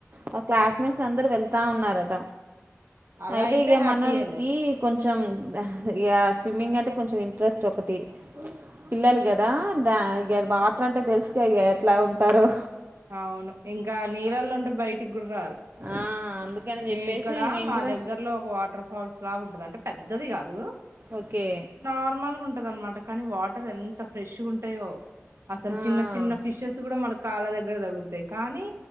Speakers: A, on the right; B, on the right.
A: వాళ్ క్లాస్మేట్స్ అందరూ వెళ్తా ఉన్నార
B: అలా
A: అయితే ఇక
B: హ్యాపీయేలే
A: మనోళ్ళకి కొంచ కొంచెం ఇగ స్విమ్మింగ్ అంటే కొంచెం ఇంట్రెస్ట్ ఒకటి పిల్లలు కదా దా వాటర్ అంటే తెలుసుక ఇక ఎట్లా ఉంటారో
B: అవును ఇంకా నీళ్ళల్లో ఉంటే బయటికి గూడ రారు
A: ఆ అందుకని
B: మేమి
A: చెప్పేసి
B: ఇక్కడ
A: నేను
B: మా
A: కూడా
B: దగ్గర్లో ఒక వాటర్ ఫాల్స్ లాగుంటది అంటే పెద్దది కాదు
A: ఓకే
B: నార్మల్గా ఉంటది అనమాట కానీ వాటర్ ఎంత ఫ్రెష్గా ఉంటాయో అసలు
A: ఆ
B: చిన్న చిన్న ఫిషెస్ కూడా మనకు కాళ్ళ దగ్గర తగులుతాయి కానీ